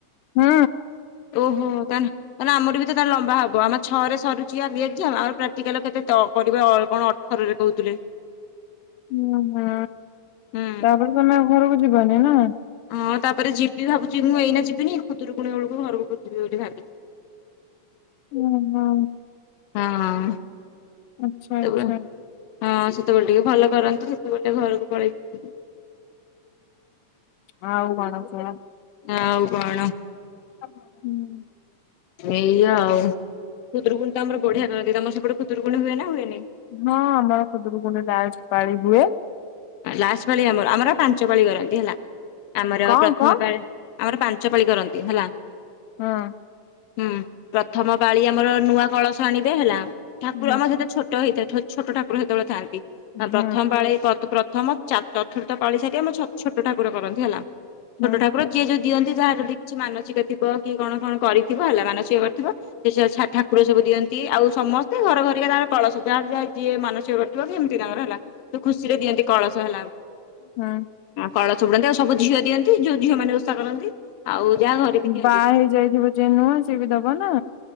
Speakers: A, on the left (about 85°); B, on the left (about 70°).
A: ହୁଁ।
B: ଓହୋ ତାନ ମାନେ ଆମର ବି ତ ତାଲେ ଲମ୍ବା ହବ ଆମ ଛ ରେ ସରୁଛି ଆଜି ଏକ୍ଜାମ ଆମର ପ୍ରାକ୍ଟିକାଲ କେତେ ତ କରିବେ ଅ କଣ ଥରରେ କହୁଥିଲେ।
A: ଉଁ ହୁଁ
B: ହୁଁ
A: ତାପରେ ତମେ ଆଉ ଘରକୁ ଯିବନି ନା।
B: ହଁ ତାପରେ ଯିବି ଭାବୁଚି ମୁଁ ଏଇନା ଯିବିନି ଖୁଦୁରରୁକୁୁଣି ବେଳକୁ ଘରକୁ ଖୋଜିବି ବୋଲି ଭାବିଚି।
A: ଓ ହୋ।
B: ହଁ।
A: ଆଚ୍ଛା
B: ସେତେବେଳେ
A: ଆଚ୍ଛା।
B: ହଁ ସେତେବେଳେ ଟିକେ ଭଲ କରନ୍ତୁ ସେତେବେଳେ ଟେ ଘରକୁ ପଳେଇ ଥିବି।
A: ଆଉ କଣ କୁହ।
B: ଆଉ କଣ?
A: ହୁଁ।
B: ଏଇଆ ଆଉ ଖୁଦୁରୁକୁୁଣି ତ ଆମର ବଢି଼ଆ କରନ୍ତି। ତମର ସେପଟେ ଖୁଦୁରୁକୁୁଣି ହୁଏ ନା ହୁଏନି?
A: ହଁ ଆମର ଖୁଦରୁକୁଣ ଲାଷ୍ଟ୍ ପାଳି ହୁଏ।
B: ଲାଷ୍ଟ୍ ପାଳି ଆମର ଆମର ପାଞ୍ଚ ପାଳି କରନ୍ତି ହେଲା ଆମର
A: କଣ
B: ପ୍ରଥମ
A: କଣ?
B: ପାଳି ଆମର ପାଞ୍ଚ ପାଳି କରନ୍ତି ହେଲା।
A: ହଁ।
B: ହୁଁ ପ୍ରଥମ ପାଳି ଆମର ନୂଆ କଳସ ଆଣିବେ ହେଲା ଠାକୁର
A: ହୁଁ
B: ଆମର ସେତେ ଛୋଟ ଟ ହେଇଥାଏ ଛୋଟ ଠାକୁର ସେତେବେଳେ ଥାନ୍ତି
A: ହୁଁ
B: ପ୍ରଥମ ପାଳି ବ୍ର ପ୍ରଥମ ଚା ଚତୁର୍ଥ ପାଳି ସାରି ଆମ ଛୋଟ ଠାକୁର କରନ୍ତି ହେଲା
A: ହୁଁ
B: ଛୋଟ ଠାକୁର ଯିଏ ଯୋଉ ଦିଅନ୍ତି ଯାହାର କିଛି ମାନସିକ ଥିବ କି କଣ କଣ କରିଥିବ ହେଲା ମାନସିକ କରିଥିବ। ସେ ଠାକୁର ସବୁ ଦିଅନ୍ତି। ଆଉ ସମସ୍ତେ ଘର ଘରିକା ତାର କଳସ ଯାହାର ଯା ଯିଏ ମାନସିକ କରିଥିବ ସେମିତି ତାଙ୍କର ହେଲା। ତୁ ଖୁସିରେ ଦିଅନ୍ତି କଳସ ହେଲା।
A: ହଁ।
B: କଳସ ବୁଡ଼ାନ୍ତି ଆଉ ସବୁ ଝିଅ ଦିଅନ୍ତି ଯୋଉଝିଅ ମାନେ ଓଷା କରନ୍ତି। ଆଉ ଯାହା ଘରେ ବି ଦିଅନ୍ତି।
A: ବାହା ହେଇ ଯାଇଥିବ ଯିଏ ନୁଆ ସିଏ ବି ଦବ ନା?